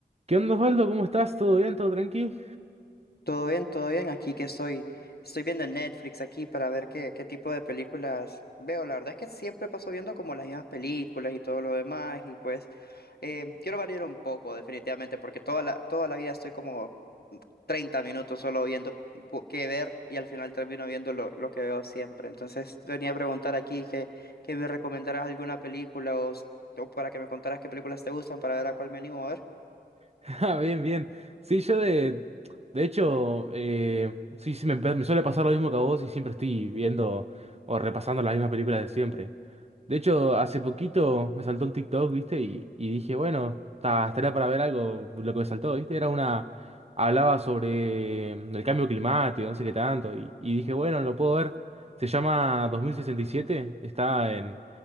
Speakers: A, on the right; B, on the left.
A: ¿Qué onda, Osvaldo? ¿Cómo estás? ¿Todo bien? ¿Todo tranqui?
B: Todo bien, todo bien. Aquí que estoy, estoy viendo en Netflix aquí para ver qué, qué tipo de películas veo. La verdad es que siempre paso viendo como las mismas películas y todo lo demás. Y pues eh, quiero variar un poco, definitivamente, porque toda la, toda la vida estoy como 30 minutos solo viendo po- qué ver y al final termino viendo lo, lo que veo siempre. Entonces venía a preguntar aquí que, que me recomendaras alguna película o, s- o para que me contaras qué películas te gustan para ver a cuál me animo a ver.
A: <laughs> Ah, bien, bien. Sí, yo de... De hecho, eh, sí, sí, me, pa- me suele pasar lo mismo que a vos y siempre estoy viendo o repasando las mismas películas de siempre. De hecho, hace poquito me saltó un TikTok, ¿viste? Y, y dije, bueno, ta- estaría para ver algo, lo que me saltó, ¿viste? Era una... Hablaba sobre mm, el cambio climático, no sé qué tanto. Y, y dije, bueno, lo puedo ver. Se llama 2067, está en...